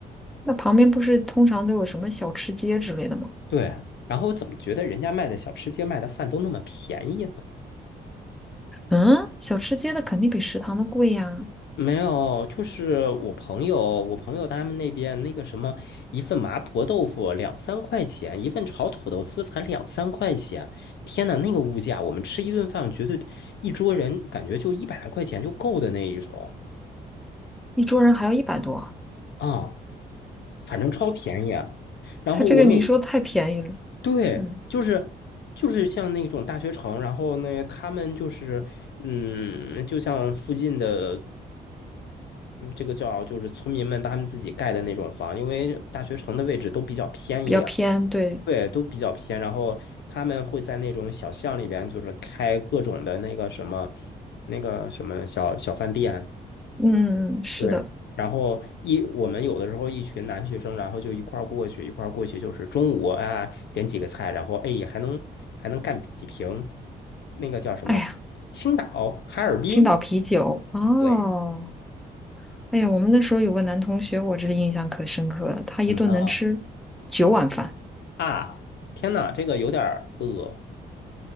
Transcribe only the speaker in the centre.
那旁边不是通常都有什么小吃街之类的吗？
嗯，小吃街的肯定比食堂的贵呀，
一桌人还要一百多。
它这个你说太便宜了，
嗯，
比较偏，对，
嗯嗯嗯，是的。
哎呀，
青岛啤酒，哦，
哎呀，我们那时候有个男同学，我这印象可深刻了，他一顿能吃九碗饭，